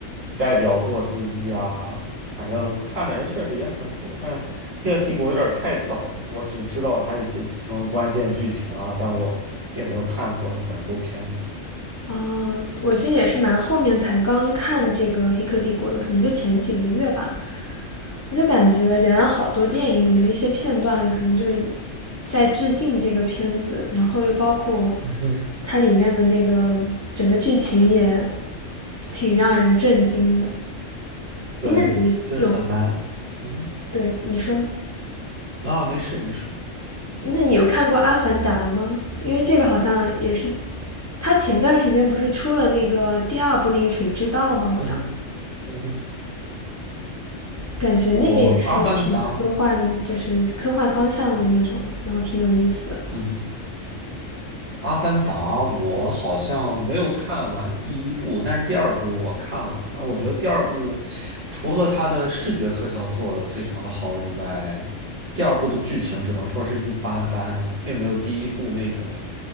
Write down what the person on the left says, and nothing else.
哦，我其实也是蛮后面才刚看这个《黑客帝国》的，可能就前几个月吧。我就感觉原来好多电影里面的一些片段，可能就是在致敬这个片子，然后又包括
它里面的那个整个剧情也挺让人震惊的。
诶那你有，
对，你说，
那你有看过《阿凡达》吗？因为这个好像也是，它前一段时间不是出了那个第二部那个《水之道》吗？好像。
感觉那个也是挺科幻，
就是科幻方向的那种，然后挺有意思的。